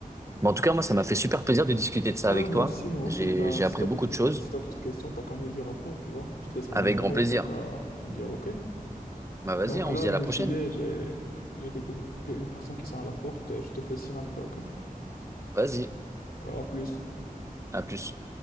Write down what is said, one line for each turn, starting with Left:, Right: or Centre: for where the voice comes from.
Right: Mais en tout cas, moi, ça m'a fait super plaisir de discuter de ça
Left: Ouais,
Right: avec
Left: moi
Right: toi.
Left: aussi, moi
Right: J'ai,
Left: aussi. Ben,
Right: j'ai
Left: si
Right: appris
Left: t'as
Right: beaucoup
Left: d'autres,
Right: de choses.
Left: si t'as d'autres questions, t'as qu'à me le dire après, tu vois. Je te laisse mon
Right: Avec
Left: numéro,
Right: grand plaisir.
Left: t'as qu'à me dire OK.
Right: Bah, vas-y,
Left: Donc
Right: hein, on
Left: là,
Right: se dit
Left: je
Right: à la
Left: vais
Right: prochaine.
Left: filer, j'ai, j'ai quelque, une personne qui sonne à la porte, je te fais signe après, OK?
Right: Vas-y.
Left: Alors, à plus.
Right: À plus.